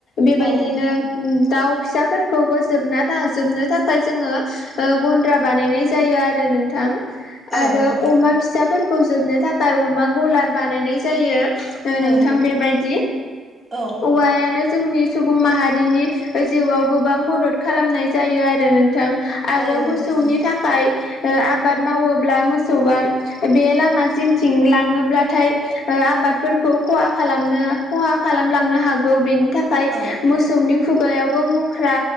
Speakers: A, on the left; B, in the centre.
A: बेबायदिनो
B: औ नोंथां
A: ओम दाउ फिसाफोरखौबो जोबना थाजोबनो थाखाय जोङो ओ गन्द्रा बानायनाय जायो आरो नोंथां।
B: औ
A: आरो
B: नोंथां
A: अमा फिसाफोरखौ जोबनो थाखाय अमा गलार बानायनाय जायो। ओ
B: औ
A: नोंथां बेबायदि।
B: औ
A: औवायानो जोंनि सुबुं माहारिनि जिउआव गोबां मदद खालामनाय जायो आरो नोंथां। आरो
B: औ नोंथां
A: मोसौनि थाखाय ओ आबाद मावोब्ला मोसौआ बे लामा जिंथिं लाङोब्लाथाय ओ आबादफोरखौ खहा खालामनो खहा खालामलांनो हागौ। बेनि थाखाय
B: औ
A: मोसौनि खुब खुगायावबो मुख्रा